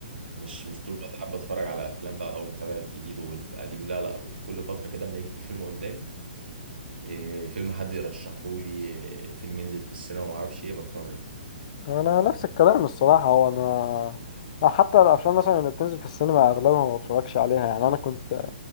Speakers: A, on the right (about 75°); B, on the left (about 45°).
A: مش مش طول الوقت حابة اتفرج على افلام بقى ومتابع الجديد والقديم لا لا كل فترة كده اما يجي فيلم قدامي إيه فيلم حد يرشحه لي إيه فيلم ينزل في السينما وما اعرفش ايه بتفرج
B: انا نفس الكلام الصراحه هو انا لا، حتى الافلام مثلا اللي بتنزل في السينما اغلبها ما بتفرجش عليها يعني انا كنت